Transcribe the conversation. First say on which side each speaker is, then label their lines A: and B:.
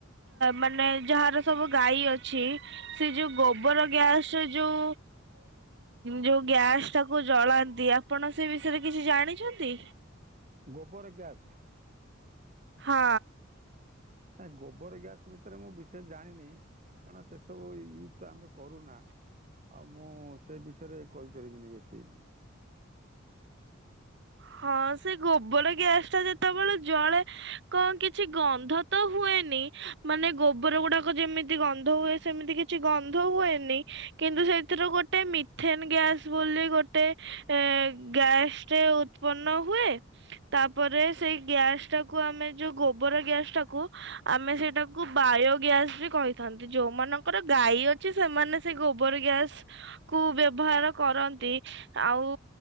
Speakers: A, on the right; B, on the right.
A: ମାନେ ଯାହାର ସବୁ ଗାଈ ଅଛି ସେ ଯୋଉ ଗୋବର ଗ୍ୟାସ ଯୋଉ ଯୋଉ ଗ୍ୟାସ। ତାକୁ ଜଳାନ୍ତି ଆପଣ ସେ ବିଷୟରେ କିଛି ଜାଣିଛନ୍ତି।
B: ଗୋବର ଗ୍ୟାସ।
A: ହଁ।
B: ନଇ ଗୋବର ଗ୍ୟାସ ଭିତରେ ମୁଁ ବିଶେଷ ଜାଣିନି। କାରଣ ସେ ସବୁ ଇ-ଇ-ତା ଆମେ କରୁନା ଆଉ ମୁଁ ସେ ବିଷୟରେ କହିପାରିବିନି ବେଶୀ।
A: ହଁ ସେ ଗୋବର ଗ୍ୟାସ ଟା ଯେତେବେଳେ ଜଳେ କଣ କିଛି ଗନ୍ଧ ତ ହୁଏନି ।ମାନେ ଗୋବର ଗୁଡାକ ଯେମିତି ଗନ୍ଧ ହୁଏ। ସେମିତି କିଛି ଗନ୍ଧ ହୁଏନି । କିନ୍ତୁ ସେଥିରୁ ଗୋଟେ ମିଥେନ୍ ଗ୍ୟାସ ବୋଲି ଗୋଟେ ଏ ଗ୍ୟାସଟେ - ଉତ୍ପନ୍ନ ହୁଏ ତାପରେ ସେଇ ଗ୍ୟାସ ଟାକୁ ଆମେ ଯୋଉ ଗୋବର ଗ୍ୟାସ ଟାକୁ ଆମେ ସେଇଟାକୁ ବାୟ ଗ୍ୟାସ ବି କହିଥାନ୍ତି । ଯୋଉମାନଙ୍କ ଙ୍କର ଗାଈ ଅଛି ସେମାନେ ସେ ଗୋବର ଗ୍ୟାସ କୁ ବ୍ୟବହାର କରନ୍ତି। ଆଉ